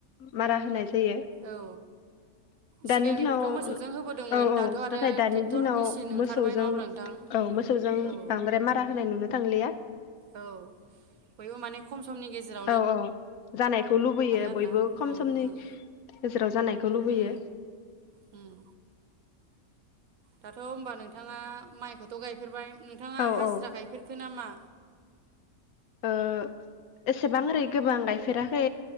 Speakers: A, on the left (about 80°); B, on the right (about 80°).
A: मारा होनाय जायो
B: औ
A: दानि
B: सिगांनिफ्रायथ'
A: दिनाव
B: मोसौजों होबोदोंमोन
A: औ औ
B: दाथ' आरो
A: नाथाय दानि
B: ट्रेक्टर
A: दिनाव
B: मेसिन ओंखारबाय
A: मोसौजों
B: नङा अब्ला नोंथां
A: औ मोसौजों
B: औ
A: बांद्राय मारा होनाय नुनो थांलिया।
B: औ बयबो माने खम समनि गेजेराव
A: औ औ जानायखौ लुबैयो
B: आरोना
A: बयबो खम
B: औ
A: समनि
B: नोंथां
A: गेजेराव जानाय खौ लुबैयो
B: उम उम दाथ' होनबा नोंथाङा माइखौथ' गायफेरबाय नोंथाङा
A: औ
B: हाजिरा
A: औ
B: गायफेरखो नामा?
A: ओ एसेबां ओरै गोबां गायफेराखै।